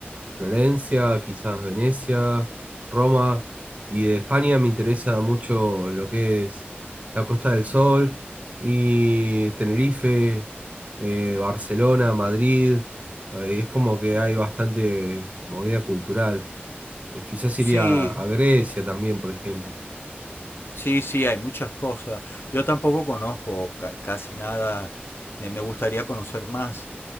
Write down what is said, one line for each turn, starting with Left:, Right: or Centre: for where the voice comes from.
Right: Florencia, quizás Venecia, Roma. Y de España me interesa mucho lo que es la Costa del Sol y Tenerife, eh, Barcelona, Madrid. Eh, es como que hay bastante movida cultural. Eh, quizás
Left: Sí,
Right: iría a, a Grecia también, por ejemplo.
Left: sí, sí, hay muchas cosas. Yo tampoco conozco ca- casi nada. eh, me gustaría conocer más.